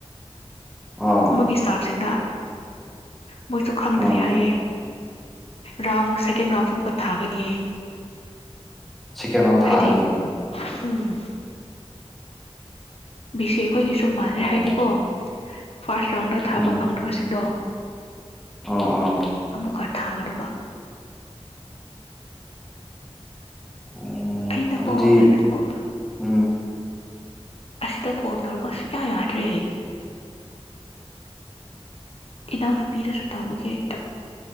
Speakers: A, in the centre; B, on the left.
A: ꯑꯥ
B: ꯃꯣꯏꯒꯤ ꯏꯁꯇꯥꯐꯁꯤꯡꯗ ꯃꯣꯏꯁꯨ ꯈꯪꯗ꯭ꯔꯤ
A: ꯑꯥ
B: ꯍꯥꯏꯌꯦꯦ ꯔꯥꯎꯟ ꯁꯦꯀꯦꯟ ꯔꯥꯎꯟꯁꯨ ꯑꯃꯨꯛꯀ ꯊꯥꯒꯅꯤꯌꯦ
A: ꯆꯤꯀꯦꯟ ꯑꯃ ꯊꯥꯒꯅꯤ
B: ꯍꯥꯏꯗꯤ ꯎꯝ ꯕꯤꯁꯦ ꯑꯩꯈꯣꯏꯒꯤꯁꯨ ꯃꯥꯟꯗ꯭ꯔꯦ
A: ꯑꯣ
B: ꯍꯥꯏꯗꯤꯀꯣ ꯐꯥꯔꯁ ꯔꯥꯎꯟꯗ ꯊꯥꯕ
A: ꯑꯥ
B: ꯐꯪꯂꯕꯁꯤꯡꯗꯣ
A: ꯑꯥ ꯑꯥ
B: ꯑꯃꯃꯛ ꯀ ꯊꯥꯒꯗꯕ
A: ꯑꯣ
B: ꯑꯩꯅꯀꯣ
A: ꯑꯗꯨꯗꯤ
B: ꯑꯩꯅꯀꯣ
A: ꯎꯝ
B: ꯑꯁꯤꯗ ꯀꯣꯜ ꯇꯧꯔꯔꯕꯁꯨ ꯀꯌꯥ ꯌꯥꯗ꯭ꯔꯦ ꯏꯅꯥꯎꯅꯨꯄꯤꯗꯁꯨ ꯇꯧꯕꯒꯤꯦ